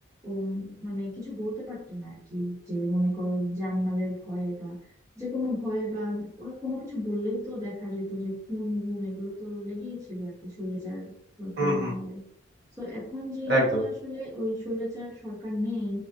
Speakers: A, on the right (about 15°); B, on the right (about 55°).
A: উম, মানে কিছু বলতে পারতো না আর কি যে মনে করো জানমালের ভয়ে বা যে কোনো ভয়ে বা ওরা কোনো কিছু বললেই তো দেখা যেত যে খুন গুম এগুলো তো লেগেই ছিল আর কি স্বৈরাচার সরকারের
B: হুম হুম
A: আমলে তো এখন যেহেতু
B: একদম
A: আসলে ওই স্বৈরাচার সরকার নেই